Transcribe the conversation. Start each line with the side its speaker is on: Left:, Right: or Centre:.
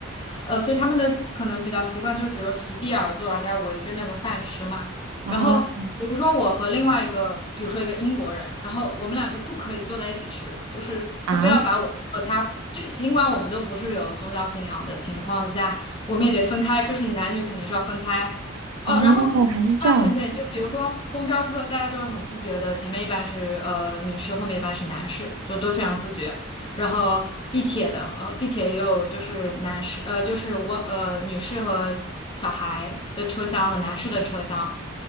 Left: 呃，所以他们的可能比较习惯就是，比如席地而坐，然后大家围着那个饭吃嘛。然后，
Right: 哦
Left: 比如说我和另外一个，比如说一个英国人，然后我们俩就不可以坐在一起吃，就是他非要把我和他，
Right: 啊
Left: 就尽管我们都不是有宗教信仰的情况下，我们也得分开，就是男女肯定是要分开。哦，
Right: 哦，
Left: 然后还有很点，
Right: 还是这样子
Left: 就比如说公交车，大家都是很自觉的，前面一般是呃女士，后面一般是男士，就都非常自觉。然后地铁的呃地铁也有就是男士呃就是我呃女士和小孩的车厢和男士的车厢，